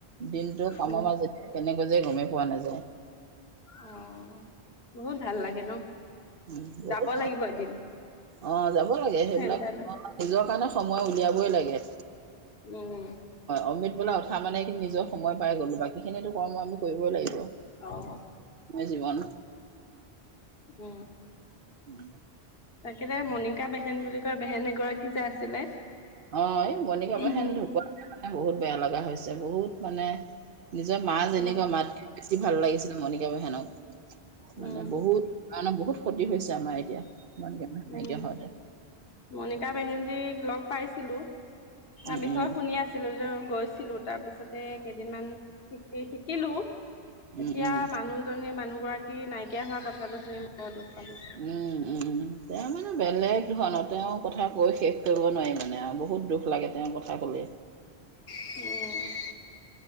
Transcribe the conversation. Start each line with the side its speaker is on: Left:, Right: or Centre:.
Right: দিনটো কামৰ
Left: উম,
Right: মাজত কেনেকে যাই গমেই পোৱা নাযায়।
Left: অ', বহুত ভাল লাগে ন।
Right: উম', বহুত
Left: যাব
Right: ভাল
Left: লাগিব এদিন
Right: অ, যাব লাগে। সেইবিলাক
Left: চেণ্টাৰলৈ
Right: নিজৰ কাৰণে সময় উলিয়াবই লাগে।
Left: উম',
Right: অমৃত বেলা উঠা মানে কিন্তু নিজৰ সময় পাই গ'লো বাকীখিনিটো কৰ্ম আমি কৰিবই লাগিব।
Left: অ',
Right: এই জীৱন
Left: উম',
Right: <unintelligible>
Left: তাকেতে মণিকা বেহেন বুলি কয়। বেহেন এগৰাকী যে আছিলে?
Right: অ', এই, মণিকা
Left: উম
Right: বেহেন ঢুকুৱা কাৰণে বহুত বেয়া লগা হৈছে। বহুত মানে নিজৰ মা যেনেকুৱা
Left: উম
Right: মাত কৈয়ো বেছি ভাল লাগিছিলে। মণিকা বেহেনক
Left: উম
Right: মানে বহুত কাৰণৰ বহুত ক্ষতি হৈছে। আমাৰ এতিয়া, মণিকা বেহেন
Left: উম
Right: নাইকিয়া হওঁতে।
Left: মণিকা বেহেনজীক লগ পাইছিলো। তাৰ
Right: উম
Left: বিষয়ে
Right: উম
Left: শুনি আ ছিলো। গৈছিলো, তাৰ পিছতে কেইদিনমান শিকি শিকিলো।
Right: উম
Left: এতিয়া
Right: উম
Left: মানুহজনী মানুহ গৰাকী নাইকিয়া হোৱা কথাটো শুনি বৰ দুখ পালো।
Right: উম', উম, তেওঁ বেলেগ ধৰণৰ তেওঁৰ কথা কৈ শেষ কৰিব নোৱাৰি, মানে আৰু বহুত দুখ লাগে। তেওঁৰ কথা ক'লে।
Left: হম',